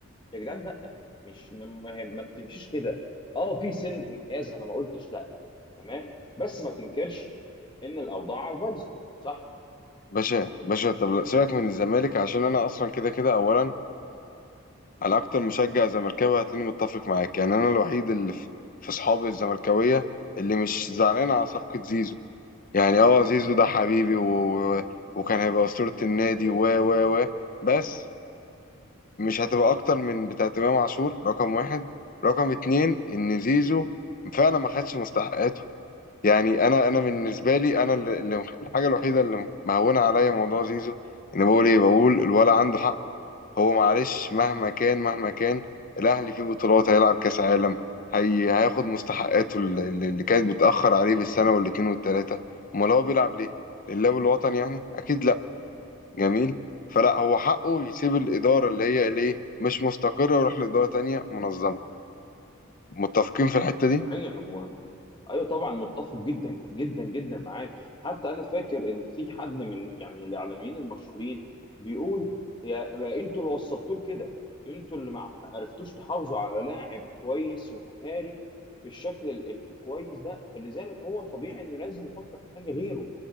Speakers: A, on the left (about 25°); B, on the left (about 45°).
A: يا جدعان لا مش ما, ما ما بتمشيش كده اه في سنه انحياز انا ما قلتش لا تمام بس ما تنكرش ان الاوضاع بايظه صح
B: باشا باشا طب لا، سيبك من الزمالك عشان انا اصلا كده كده اولا انا اكتر مشجع زملكاوي هتلاقيني متفق معاك يعني انا الوحيد اللي في في اصحابي الزملكاويه اللي مش زعلان على صفقه زيزو يعني اه زيزو ده حبيبي و... و... وكان هيبقى أسطورة النادي و و و بس مش هتبقى أكتر من بتاعة إمام عاشور رقم واحد رقم اتنين إن زيزو فعلا ما خدش مستحقاته يعني أنا أنا بالنسبة لي أنا اللي اللي- الحاجة الوحيدة اللي مهونة عليا موضوع زيزو إن بقول إيه بقول الولا عنده حق هو معلش مهما كان مهما كان الاهلي فيه بطولات هيلعب كاس عالم هي هياخد مستحقاته اللي اللي كانت بتاخر عليه بالسنه والاتنين والتلاته امال هو بيلعب ليه لله والوطن يعني اكيد لا جميل فلا هو حقه يسيب الاداره اللي هي ليه مش مستقره ويروح لاداره تانية منظمه متفقين في الحته دي
A: صحيح ايوه طبعا متفق جدا جدا جدا معاك حتى انا فاكر ان في حد من يعني من الاعلاميين المشهورين بيقول يا يا انتوا اللي وصلتوه لكده انتوا اللي ما عرفتوش تحافظوا على لاعب كويس ومهاري بالشكل ال- الكويس ده فلذلك هو طبيعي انه لازم يفكر في حاجه غيره